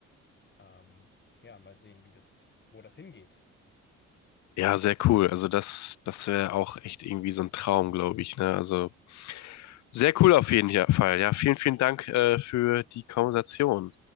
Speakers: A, on the left (about 35°); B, on the left (about 65°).
A: Ähm, ja, mal sehen, wie das, wo das hingeht.
B: Ja, sehr cool. Also das, das wäre auch echt irgendwie so ein Traum, glaube ich, ne? Also sehr cool auf jeden Fall. Ja, vielen, vielen Dank, äh, für die Konversation.